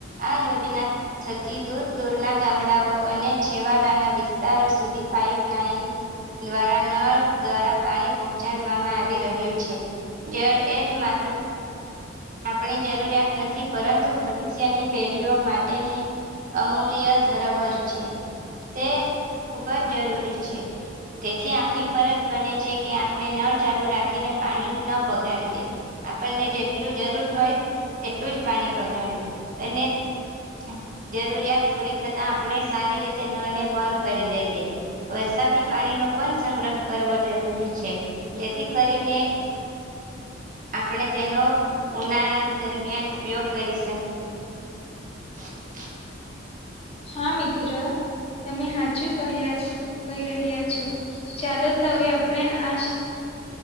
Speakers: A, on the right (about 45°); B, on the left (about 30°).
A: આ યોજના થકી દૂર-દૂરના ગામડાઓ અને છેવાડાના વિસ્તારો સુધી પાઈપલાઇન દ્વારા, નળ દ્વારા પાણી પહોંચાડવામાં આવી રહ્યું છે. જળ એ જ માત્ર આપણી જરૂરિયાત નથી, પરંતુ ભવિષ્યની પેઢીઓ માટેની અમૂલ્ય ધરોહર છે, તે ખૂબ જ જરૂરી છે. તેથી આપણી ફરજ બને છે કે, આપડે નળ ચાલુ રાખીને પાણી ન બગાડીએ. આપણને જેટલું જરૂર હોય, તેટલું જ પાણી બગાડીએ અને <inaudible> જરૂરિયાત પૂરી થતા આપણે સારી રીતે નળ ને બંધ કરી દઈએ, વરસાદી પાણીનો પણ સંગ્રહ કરવો જરૂરી છે જેથી કરીને આપણે તેનો ઉનાળા દરમિયાન ઉપયોગ કરી શકીએ. <inaudible>
B: હા મિત્ર તમે સાચું ક્યા છો કહી રહ્યા છો ચાલો તો હવે આપણે આ જ